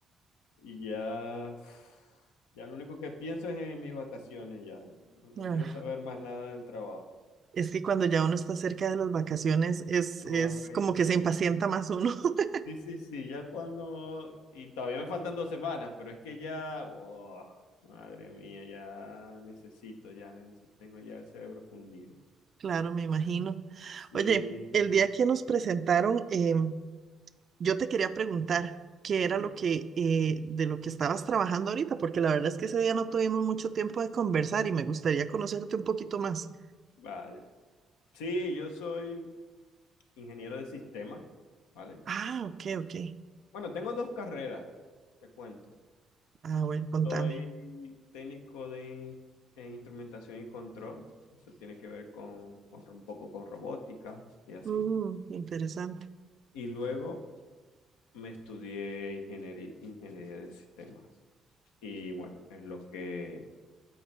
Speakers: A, on the left; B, on the right.
A: y ya, uf, ya lo único que pienso es en mis vacaciones ya. No, no
B: Ah,
A: quiero saber más nada del trabajo.
B: Es que cuando ya uno está cerca de las vacaciones es,
A: Correcto.
B: es como que se impacienta más uno. <laughs>
A: Sí, sí, sí, ya cuando... Y todavía me faltan dos semanas, pero es que ya... oh, madre mía, ya necesito, ya necesito, tengo ya el cerebro fundido.
B: Claro, me imagino.
A: Sí,
B: Oye,
A: sí.
B: el día que nos presentaron, em, yo te quería preguntar qué era
A: Mm,
B: lo que eh, de lo que estabas trabajando ahorita, porque la verdad es que ese día no tuvimos mucho tiempo de conversar y me gustaría conocerte un poquito más.
A: vale. Sí, yo soy ingeniero de sistemas, ¿vale?
B: Ah, ok, ok.
A: Bueno, tengo dos carreras, te cuento.
B: Ah, bueno, contame.
A: Soy técnico de en instrumentación y control, eso tiene que ver con, con un poco con robótica y así.
B: Mm, interesante.
A: Y luego me estudié ingeniería, ingeniería de sistemas. Y bueno, es lo que,